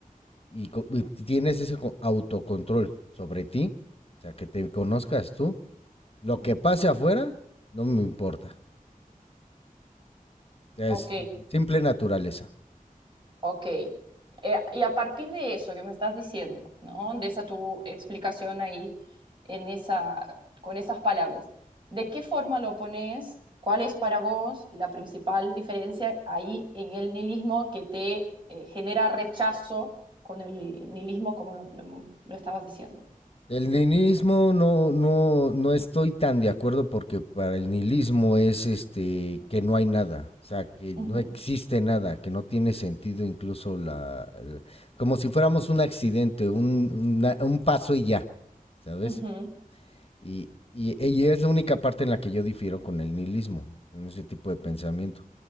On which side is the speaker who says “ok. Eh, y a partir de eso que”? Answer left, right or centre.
Right